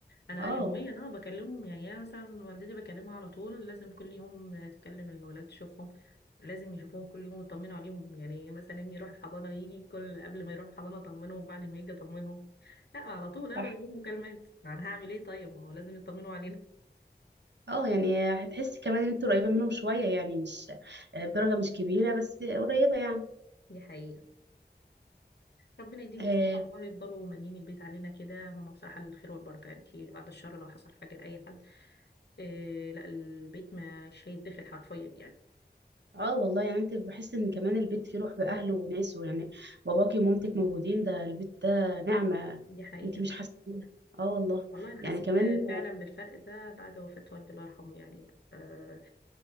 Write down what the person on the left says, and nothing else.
انا
يوميا اه بكلمهم يعني انا مثلا والدتي بكلمها على طول لازم كل يوم تكلم الولاد تشوفهم لازم يشوفوهم كل يوم ويطمنوا عليهم يعني مثلا ابني يروح الحضانه ويجي كل قبل ما يروح الحضانه اطمنهم وبعد ما يجي اطمنهم لا على طول انا
بيجيهم مكالمات انا هعمل ايه طيب ما هو لازم يطمنوا علينا
دي حقيقه ربنا يديهم
الصحه والله يفضلوا مالين البيت علينا كده هم بصراحه الخير والبركه انت بعد الشر لو حصل حاجه لاي حد إيه لا البيت مش هيتدخل حرفيا يعني
دي حقيقه
والله أنا
حسيت
فعلا بالفرق ده بعد وفاة والدي الله يرحمه يعني آه